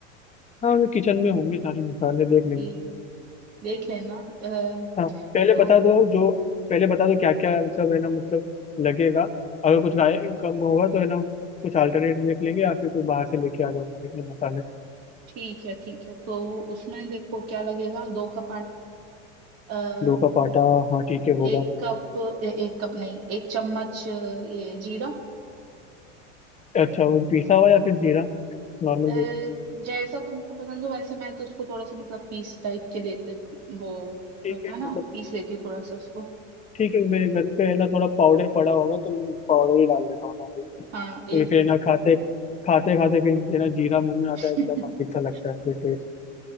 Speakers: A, on the left; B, on the right.
A: हाँ वो किचन में होंगे सारे मसाले देख लेंगे
B: कि देख लेना अ,
A: हाँ पहले
B: तो
A: बता दो जो पहले बता दो क्या क्या मतलब है ना मतलब लगेगा अगर कुछ गाय कम होगा तो है ना कुछ अल्टरनेट देख लेंगे या फिर कुछ बाहर से लेके आ जाऊंगा इसमें मसाले
B: ठीक है ठीक है तो उसमें देखो क्या लगेगा दो कप आटा
A: दो का पाटा हाँ ठीक है होगा
B: एक कप ए- एक कप नहीं एक चम्मच अ, ये जीरा
A: अच्छा वो पिसा हुआ या फिर जीरा नॉर्मल
B: अ,
A: जीरा
B: जैसा तुमको पसंद हो वैसे मैं तो उसको थोड़ा सा मतलब पीस टाइप के लेते वो
A: ठीक
B: होता
A: है
B: है ना
A: मतलब
B: पीस लेती हूँ थोड़ा सा उसको
A: ठीक है मेरे घर पे है ना थोड़ा पाउडर पड़ा होगा तो मैं पाउडर ही डाल देता हूँ ना फिर क्योंकि
B: हाँ एक
A: फिर है ना खाते खाते खाते फिर है ना जीरा मुंह में आता
B: <laughs>
A: है एकदम अजीब सा लगता है फिर टेस्ट